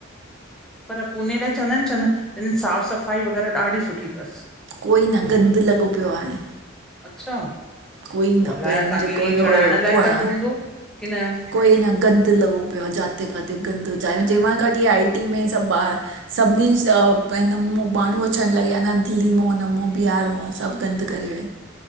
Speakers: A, in the centre; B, on the right.
A: पर पुने लाइ चवंदा आहिनि, चवंदानि साफ़ सफ़ाई वग़ैरह ॾाढी सुठी अथसि।
B: कोई न, गंद लॻो पियो आहे हाणे।
A: अच्छा।
B: कोई न
A: पो अलाए
B: पहिरियों
A: असांखे
B: जेको
A: ईअं
B: हुयो,
A: चिड़ाइण
B: हुयो
A: लाइ
B: पोअं
A: कंदो हूंदो की न
B: कोई न गंद लॻो पियो आहे, जाथे किथे गंद जिएं
A: अच्छा
B: मां कॾहिं आई टि में सभु ॿार सभिनी मा <unintelligible> माण्हू अचणु लॻीया न दिल्ली मां हुन मो बिहार मां सभु गंद करे विया।